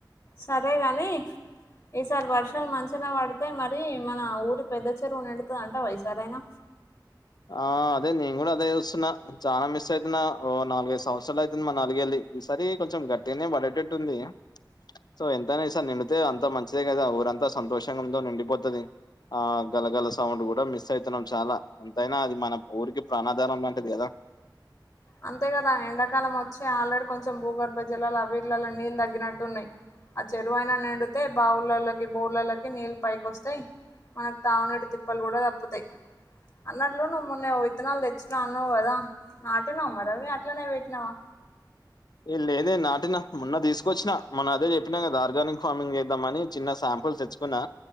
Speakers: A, on the left; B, on the left.
A: సరే గాని ఈసారి వర్షాలు మంచిన పడితే మరి మన ఊరి పెద్ద చెరువునిండుతాదంటావా ఈ సారయినా
B: ఆ అదే నేను కూడా అదే చూస్తున్నా, చానా మిస్ అవుతున్నా ఓ నాలుగైదు సంవత్సరాలు అవుతుంది మా నాలుగళ్లి ఈ సారి కొంచెం గట్టిగానే పడేటట్టుంది. సో ఎంతైనా ఈసారి నిండితే అంత మంచిదే కదా ఊరంతా సంతోషంగా ఉందో నిండిపోతది. ఆ గలగల సౌండ్ కూడా మిస్ అయితున్నాం చాలా ఎంతైనా అది మన ఊరికి ప్రాణదానం లాంటిది కదా.
A: అంతే కదా ఎండాకాలం వచ్చి ఆల్రెడీ కొంచెం భూగర్భ జలాలు అవర్లలో నీళ్లు తగ్గినట్టున్నాయి. ఆ చెరువయినా నిండితే బావులలోకి, బోర్లలకి నీళ్ళు పైకి వస్తాయి. మనకు తావునెడు తిప్పలు కూడా తప్పుతాయి అన్నట్లో నువ్వు మొన్న ఇత్నాళ్ తెచ్చినావ్ అన్నావు గద ఆ నమ్మదవే అట్లానే భేట్నావా?
B: ఇల్ ఏదే నాటినా మొన్న తీసుకొచ్చినా మొన్న అదే చెప్పినా కదా ఆర్గానిక్ ఫార్మింగ్ చేద్దామని చిన్న శాంపుల్ తెచ్చుకున్నా.